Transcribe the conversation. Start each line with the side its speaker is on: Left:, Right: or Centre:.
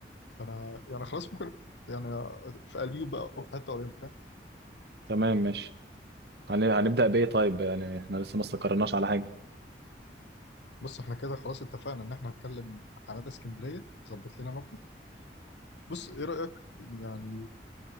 Left: فانا يعني خلاص ممكن يعني في قليوب بقى وفي حته قريبه فاهم
Right: تمام ماشي هن- هنبدأ بإيه طيب يعني احنا لسه ما استقرناش على حاجة
Left: بص احنا كده خلاص اتفقنا ان احنا هنكلم حماده اسكندريه ظبط لنا مبنى بص ايه رايك يعني